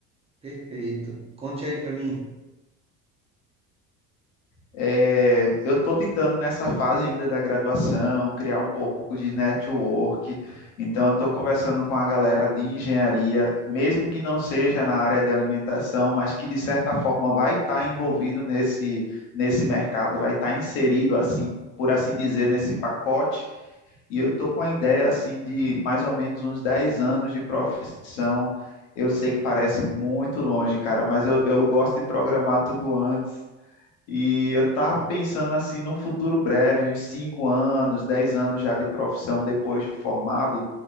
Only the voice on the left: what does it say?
É, eu estou tentando nessa fase ainda da graduação criar um pouco de network, então eu estou conversando com a galera de engenharia, mesmo que não seja na área de alimentação, mas que de certa forma vai estar envolvido nesse, nesse mercado, vai estar inserido assim, por assim dizer, nesse pacote. E eu estou com a ideia assim de mais ou menos uns 10 anos de profissão. Eu sei que parece muito longe, cara, mas eu, eu gosto de programar tudo antes. E eu estava pensando assim, num futuro breve, uns 5 anos, 10 anos já de profissão depois de formado,